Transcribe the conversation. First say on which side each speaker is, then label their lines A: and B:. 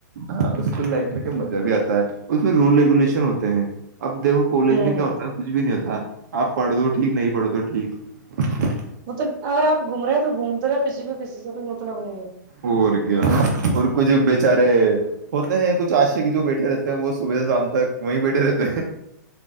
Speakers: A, on the right; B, on the right.
A: ہاں اس کو لائف میں کیا مزہ بھی آتا ہے اس میں رول ریگولیشن ہوتے ہیں اب دیکھو کالج
B: ہوں
A: میں کیا ہوتا ہے کچھ بھی نہیں ہوتا آپ پڑھ دو ٹھیک نہیں پڑھ دو ٹھیک
B: مطلب اگر آپ گھوم رہے ہیں تو گھومتے رہے کسی کو کسی سے کوئی مطلب نہیں ہے
A: اور کیا اور کچھ بیےچارے ہوتے ہیں کچھ آشے کے جو بیٹھے رہتے ہیں وہ صبح سے شام تک وہیں بیٹھے رہتے